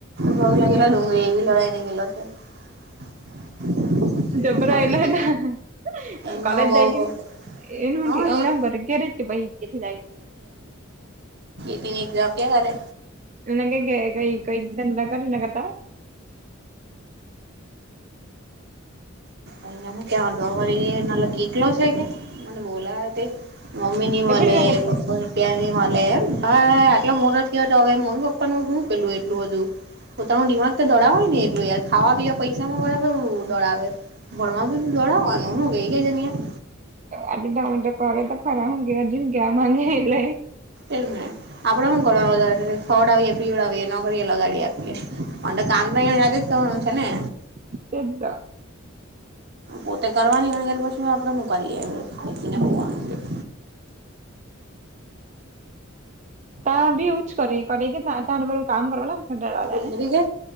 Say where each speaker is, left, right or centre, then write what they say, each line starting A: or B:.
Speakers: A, on the right (about 55°); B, on the right (about 35°).
A: ભગ લ ગેલા ડુંગરીી એ બી લડાઈને ગેલો છે. <inaudible>
B: જબર
A: ખબર
B: એલા
A: કે
B: એ ના
A: એને
B: કલેજ
A: બહ
B: જાયકી. એનું
A: હા
B: હમણાં
A: એક
B: હ ઘરે ઘરે જ કે ભાઈ કે જાય.
A: દિનીક જવાકે ગાલે.
B: એ ક ગ કઈ કઈ કર ના કરતા.
A: અ હું કેવા દો વરી નાલો કેલો છે કે. મ બોલા તે મમ્મી નિમલે
B: એ પણ એના કરતા
A: પપ્પુ પિયા નિમલે ભ. એટલા મોડ થયો તો હવે મરી પપ્પાનું શું પેલું એટું બધું પોતાનું દિમાગ તો દડા હોય ને. જો યાર ખાવા પીવા પૈસામાં બરાબર દડાવે ભણવા બી દડાવવાનું હું ગઈ ગઈ છેહં.
B: આડડાટ કરે તો ખરા હો ગ્યા હજુ કયા માગે એ લ.
A: એમને આપડે કરવા વધડે પીળ નોકરીએ. ગાડી આપીએ પણ કામ જ તો છે ને.
B: જ તો
A: પોતે કરવાની હો પછી આપડે મુકા ખને
B: હમ
A: મકવાનું.
B: ત્યા બી એુંજ કરે કરે કે ત બ કામ કરવા લાગ. દાદા
A: ડુંગરી
B: ને
A: ગ